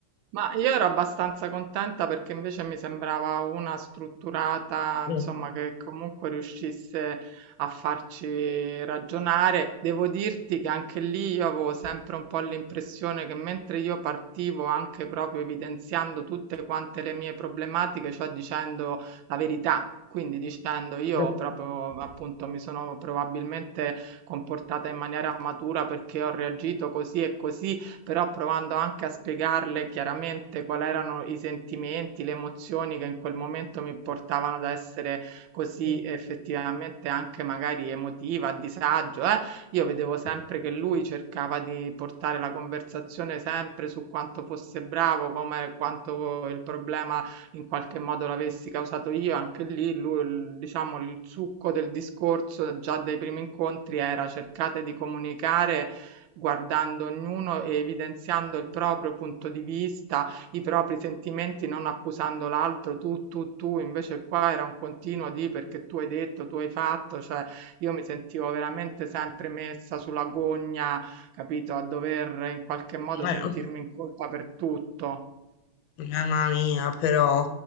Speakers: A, on the right (about 75°); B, on the left (about 75°).
A: Ma io ero abbastanza contenta perché invece mi sembrava una strutturata,
B: Mm,
A: insomma, che comunque riuscisse a farci ragionare. Devo dirti che anche lì io avevo sempre un po' l'impressione che mentre io partivo anche proprio evidenziando tutte quante le mie problematiche, cioè dicendo la verità. Quindi dicendo io
B: mm.
A: proprio appunto mi sono probabilmente comportata in maniera matura perché ho reagito così e così, però provando anche a spiegarle chiaramente quali erano i sentimenti, le emozioni che in quel momento mi portavano ad essere così
B: Okay.
A: effettivamente anche magari emotiva, a disagio, eh? io vedevo sempre che lui cercava di portare la conversazione sempre su quanto fosse bravo, come quanto il problema in qualche modo l'avessi causato io, anche lì lui, diciamo il succo del discorso già dai primi incontri era cercate di comunicare guardando ognuno e evidenziando il proprio punto di vista, i propri sentimenti, non accusando l'altro tu, tu, tu, invece qua era un continuo di perché tu hai detto, tu hai fatto, cioè io mi sentivo veramente sempre messa sulla gogna, capito, a dover in qualche modo
B: Eh,
A: sentirmi
B: ho
A: in colpa per tutto.
B: Mamma mia, però.